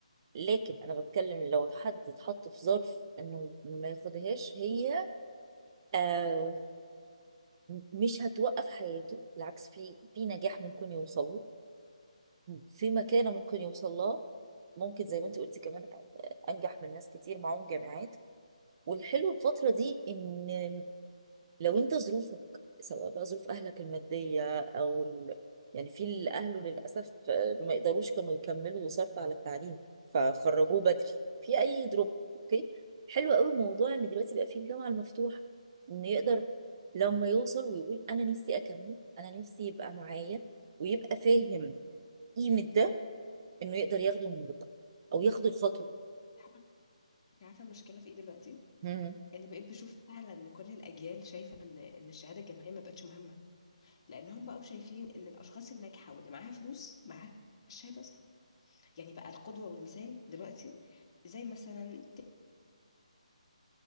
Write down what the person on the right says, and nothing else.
لكن انا بتكلم لو حد اتحط في ظرف انه ما ياخدهاش هي آه م- مش هتوقف حياته بالعكس في في نجاح ممكن يوصل له في مكانة ممكن يوصل لها ممكن زي ما انت قلتي كمان انجح من ناس كتير معاهم جامعات والحلو الفترة دي ان لو انت ظروفك سواء بقى ظروف اهلك المادية او ال... يعني في اللي اهله للاسف ما يقدروش كانوا يكملوا صرف على التعليم فخرجوه بدري في اي دروب اوكي حلو قوي موضوع ان دلوقتي بقى في الجامعة المفتوحة ان يقدر لما يوصل ويقول انا نفسي اكمل انا نفسي يبقى معايا ويبقى فاهم قيمة ده انه يقدر ياخده من بكره او ياخد الخطوه
مم.